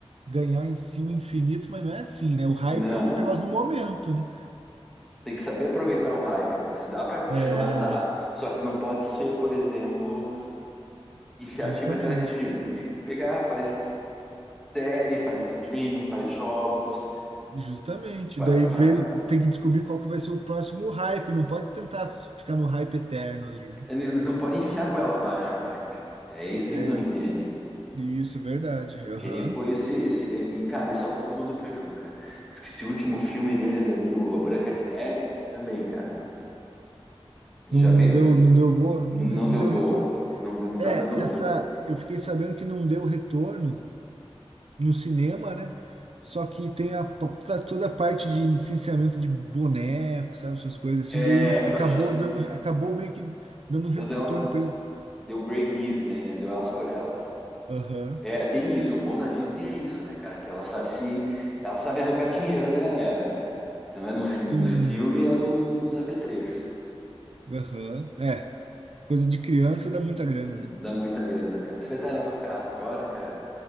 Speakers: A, on the right (about 75°); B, in the centre.
A: ganhar em cima infinito, mas não é assim, né? O hype
B: Não.
A: é um negócio do momento, né?
B: Você tem que saber aproveitar o hype, cara. Se dá para continuar,
A: É,
B: dá. Só que não pode ser, por exemplo, enfiar
A: Justamente,
B: filme atrás de filme. Tem que pegar, faz série, faz streaming, faz jogos.
A: justamente.
B: fa-
A: Daí
B: fa-
A: veio, tem que descobrir qual que vai ser o próximo hype. Não pode tentar ficar no hype eterno ali, né?
B: Eles não podem enfiar a goela abaixo o hype. É isso que
A: É,
B: eles não entendem.
A: isso, verdade. Aham.
B: Kenny foi esse, esse- é, E, cara, eles só estão tomando preju, cara. Diz que esse último filme deles ali, o A Branca de Neve, também, cara. Já
A: Não, não
B: veio.
A: deu, não deu boa,
B: Não
A: não, re- não
B: deu
A: deu
B: boa.
A: retorno.
B: Não, de- não
A: É,
B: tá dando boa.
A: essa, eu fiquei sabendo que não deu retorno no cinema, né? Só que tem a, pa- tá toda a parte de licenciamento de boneco, sabe, essas coisas assim. Daí
B: É
A: no-
B: que
A: acabou
B: eu acho que
A: dando, acabou meio que dando retorno
B: dando elas.
A: para eles.
B: Deu break even aí, né? Deu elas por elas.
A: Aham.
B: É, tem isso. O bom da Disney é isso, né, cara? Que ela sabe se. Ela sabe arrancar dinheiro da galera, né, cara? Se não é no, cin-
A: Sim.
B: no filme, é no, no- nos apetrechos.
A: Aham. É, Coisa de criança dá muita grana,
B: É, Dá
A: né?
B: muita grana, cara. Você vai estar aí na tua casa agora, cara?